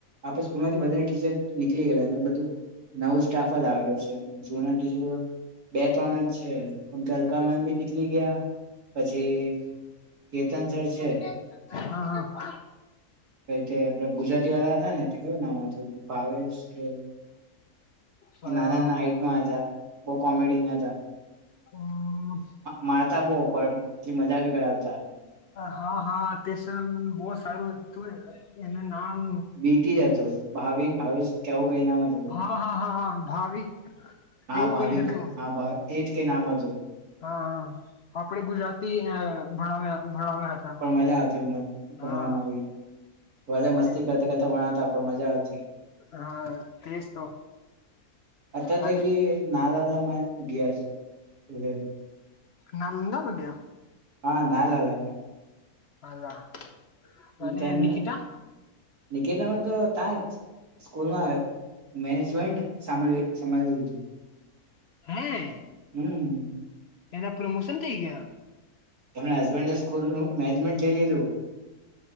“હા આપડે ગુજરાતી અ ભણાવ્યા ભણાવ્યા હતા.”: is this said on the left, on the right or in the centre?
Left